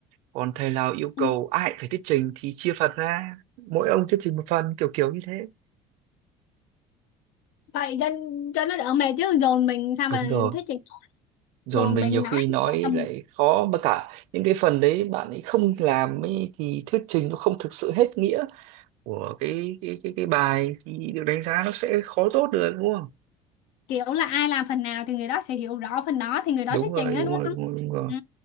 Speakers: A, on the right; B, on the left.
A: còn thầy nào yêu
B: Ừ.
A: cầu ai phải thuyết trình thì chia phần ra mỗi ông thuyết trình một phần kiểu kiểu như thế
B: Vậy cho, cho nó đỡ mệt chứ dồn mình sao
A: đúng
B: mà
A: rồi
B: thuyết trình
A: dồn
B: dồn
A: mình
B: mình
A: nhiều khi
B: nói
A: nói
B: tầm
A: lại khó mà cả những cái phần đấy bạn ấy không làm ấy thì thuyết trình nó không thực sự hết nghĩa của cái cái cái cái bài thì được đánh giá nó sẽ khó tốt được đúng không?
B: kiểu là ai làm phần nào thì người đó sẽ hiểu rõ phần đó thì người đó
A: Đúng
B: thuyết
A: rồi,
B: trình
A: đúng
B: á đúng
A: rồi,
B: không?
A: đúng rồi, đúng rồi.
B: Ừ.